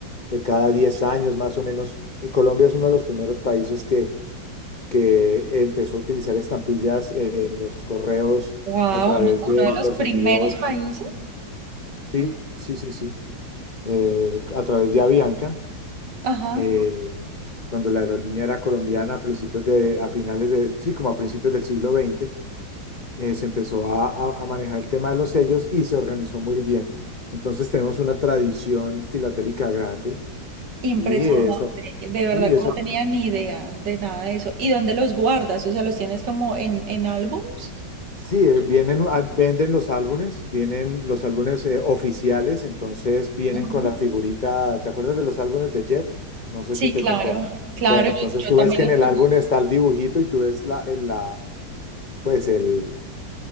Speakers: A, on the left; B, on the right.
A: de cada 10 años más o menos. Eh, Colombia es uno de los primeros países que, que empezó a utilizar estampillas en los correos
B: Wow,
A: a través
B: uno, uno
A: de
B: de los
A: los
B: primeros
A: envíos
B: países.
A: Sí,
B: Mm,
A: sí, sí, sí. Eh, a través de Avianca,
B: Ajá.
A: eh, cuando la aerolínea era colombiana a principios de, a finales de, sí, como a principios del siglo veinte, eh, se empezó a, a- a manejar el tema de los sellos y se organizó muy bien. Entonces tenemos una tradición filatélica grande
B: Impresionante,
A: y eso,
B: de verdad
A: sí, y
B: que
A: eso
B: no tenía ni idea de nada de eso. ¿Y dónde los guardas? O sea, ¿los tienes como en, en álbums?
A: Sí, eh, vienen, ah, venden los álbumes, vienen los álbumes eh, oficiales, entonces vienen
B: Ujú.
A: con la figurita, ¿te acuerdas de los álbumes de Jet? No sé
B: Sí,
A: si te
B: claro,
A: tocó.
B: claro,
A: Bueno,
B: yo,
A: entonces
B: yo
A: tú
B: también
A: ves que
B: los
A: en el
B: conozco.
A: álbum está el dibujito y tú ves la, el- la, pues el,